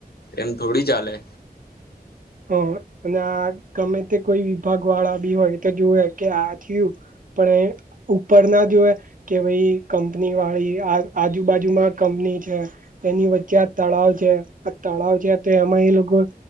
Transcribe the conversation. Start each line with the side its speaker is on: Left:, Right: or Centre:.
Left: એમ થોડી ચાલે.
Right: હા અને આ ગમે તે કોઈ વિભાગ વાળા બી હોય તો જોવે કે આ થયું. પણ એ ઉપર ના જોવે કે ભાઈ કંપની વાળી આ આજુ-બાજુ માં કંની એની વચ્ચે આ તળાવ છે આ તળાવ છે એમાં એ લોકો